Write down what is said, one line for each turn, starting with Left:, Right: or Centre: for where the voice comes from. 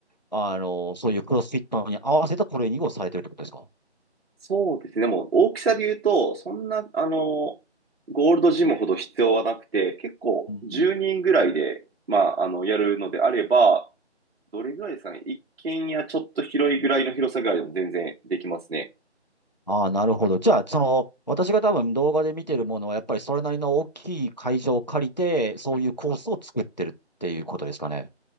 Left: あの、そういうクロスフィットに合わせたトレーニングをされてるってことですか
Right: そうですね。もう大きさで言うと、そんな、あの、ゴールドジムほど必要はなくて、結構10人ぐらいで、
Left: うん。
Right: まあ、あの、やるのであれば、どれぐらいですかね。一軒家ちょっと広いぐらいの広さぐらいでも全然できますね。
Left: ああ、なるほど。じゃあ、その、私が多分動画で見てるものは、やっぱりそれなりの大きい会場を借りて、そういうコースを作ってるっていうことですかね。